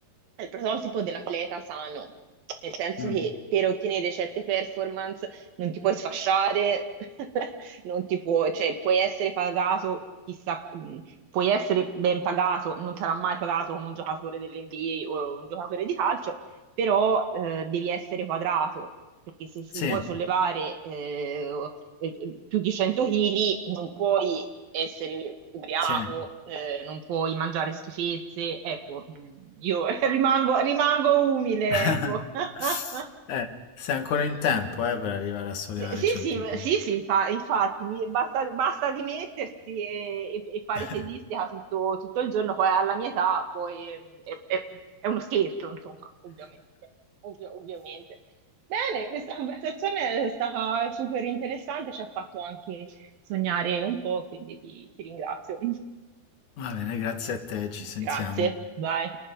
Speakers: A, on the right (about 70°); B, on the left (about 60°).
A: è il prototipo dell'atleta sano, nel senso
B: Mm.
A: che per ottenere certe performance non ti puoi sfasciare, <laughs> non ti puoi, cioè puoi essere pagato, chissà, mh, puoi essere ben pagato, non sarà mai pagato come un giocatore dell'NBA o un giocatore di calcio, però eh, devi essere quadrato, perché se, se
B: Sì,
A: vuoi sollevare eh, eh, più di 100 kg non puoi essere ubriaco,
B: sì.
A: eh, non puoi mangiare schifezze, ecco, mm, io <laughs> rimango, rimango umile,
B: <laughs>
A: ecco. <laughs>
B: Eh, sei ancora in tempo, eh, per arrivare a sollevare
A: Sì, sì,
B: 100
A: sì,
B: kg.
A: sì, sì, infa- infatti, mi- basta, basta dimettersi e, e- e fare
B: <laughs>
A: tesistica tutto, tutto il giorno, poi alla mia età poi eh, è, è- è uno scherzo, insomma, ovviamente. Ovvio- ovviamente. Bene, questa conversazione è stata super interessante, ci ha fatto anche sognare un po', quindi ti ti ringrazio.
B: Va bene, grazie a te, ci sentiamo.
A: Grazie, bye.